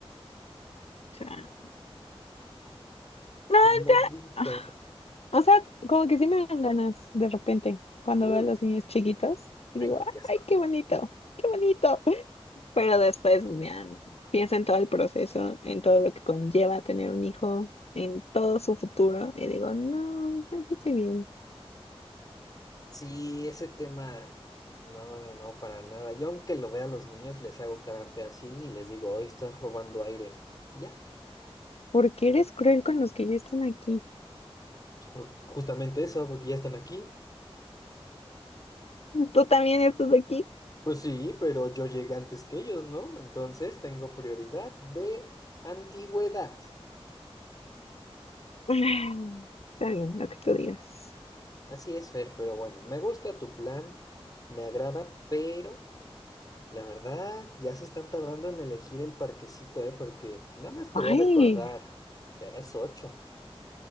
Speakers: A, on the left (about 75°); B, on the left (about 40°).
A: Chale. No,
B: Ni modito.
A: ya. ah, O sea, como que sí me dan ganas de repente cuando
B: Uy,
A: veo a los niños chiquitos y
B: ay
A: digo,
B: no, qué asco.
A: ay, qué bonito, qué bonito. <laughs> Pero después, ya no. Pienso en todo el proceso, en todo lo que conlleva tener un hijo, en todo su futuro y digo, no, eso estoy bien.
B: Sí, ese tema, no, no, no, para nada. Yo aunque lo vea a los niños, les hago cara fea así y les digo, hoy estás robando aire. Y ya,
A: Porque eres cruel con los que ya están aquí?
B: pues, por- justamente eso, porque ya están aquí.
A: Tú también estás aquí.
B: Pues sí, pero yo llegué antes que ellos, ¿no? Entonces tengo prioridad de antigüedad.
A: <sighs> Está bien, lo que tú digas.
B: Así es, Fer, pero bueno, me gusta tu plan, me agrada, pero la verdad ya se están tardando en elegir el parquecito, ¿eh? Porque nada más te voy
A: Ay,
B: a recordar, ya es ocho.